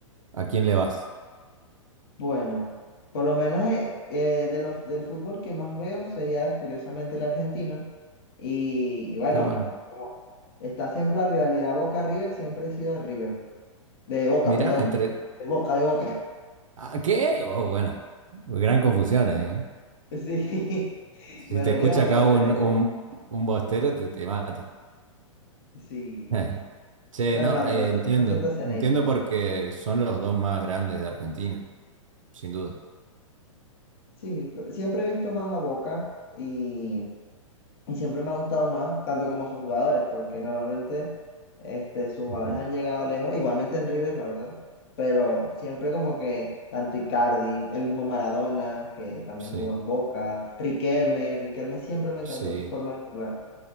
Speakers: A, on the right (about 70°); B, on the left (about 45°).
A: ¿a quién le vas?
B: Bueno, por lo menos eh, eh, de los, del fútbol que más veo sería curiosamente el argentino. Y, y bueno,
A: Qué bueno.
B: como está siempre la rivalidad Boca-River, siempre he sido River. De Boca,
A: Mirá,
B: perdón.
A: entre...
B: De Boca, de Boca. <laughs>
A: ¿A qué? Oh, bueno. Gran confusión ahí, ¿eh?
B: Sí, <laughs>
A: Si
B: me dolió,
A: te escucha
B: me
A: acá
B: dolió
A: un,
B: decirlo.
A: un, un bostero, te, te mata.
B: Sí.
A: <laughs> Che,
B: No,
A: no,
B: no,
A: eh,
B: pero
A: entiendo.
B: 100% Ceneice.
A: Entiendo porque son los dos más grandes de Argentina, sin duda.
B: Sí, pero siempre he visto más a Boca y Y siempre me ha gustado más, tanto como sus jugadores, porque normalmente este, sus jugadores
A: Ujú.
B: han llegado lejos, igualmente en River, la verdad, pero siempre como que tanto Icardi, el mismo Maradona, que también
A: Sí,
B: jugó en Boca, Riquelme, Riquelme siempre me encantó
A: sí.
B: su forma de jugar.